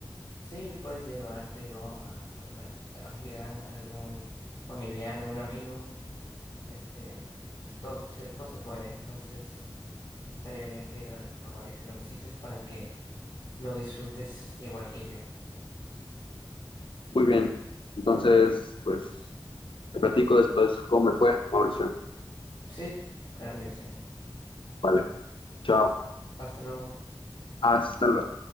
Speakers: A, on the left; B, on the left.
A: Sí, puedes llevarte o a alguna amiga, a algún familiar, algún amigo. Este, todo se, todo se puede. Entonces, sí estaría bien que lo, lo vayas y lo visites para que lo disfrutes igual que yo.
B: Muy bien, entonces, pues, te platico después cómo me fue, Mauricio.
A: Sí, claro que sí.
B: Vale, chao,
A: Hasta luego.
B: hasta luego.